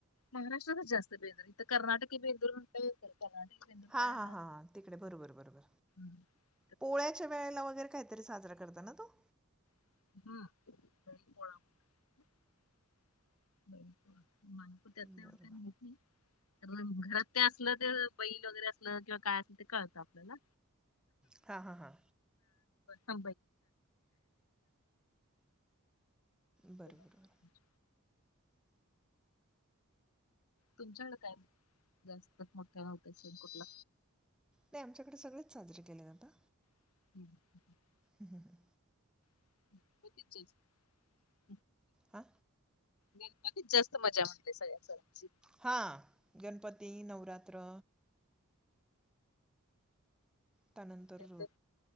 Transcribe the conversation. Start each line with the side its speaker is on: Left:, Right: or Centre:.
Left: महाराष्ट्रातच जास्त बेंदूर इथं कर्नाटकी बेंदूर म्हण,
Centre: हां हां हां हां तिकडे बरोबर बरोबर
Left: <unintelligible>
Centre: पोळ्याच्या वेळेला वगैरे काहीतरी साजरा करत ना तो?
Left: <unintelligible> ब मानापू त्यातल्या
Centre: बरोबर
Left: एव काही होत नाही. तर घरात ते असलं ते बैल वगैरे असलं किंवा काय असेल ते कळतात. ना
Centre: हां हां हां
Left: ह
Centre: बरं बरं
Left: <unintelligible>
Centre: बरं
Left: <inaudible> तुमच्याकडे काय जास्तच मोठ्या सण कुठला?
Centre: नाही आमच्याकडे सगळेच साजरे केले जातात.
Left: हम्म
Centre: ह हम ह
Left: <unintelligible>
Centre: आा
Left: गणपतीत जास्त मजा म्हटल सगळ्या सणांची.
Centre: हा गणपती, नवरात्र. त्यानंतर
Left: इकडे तर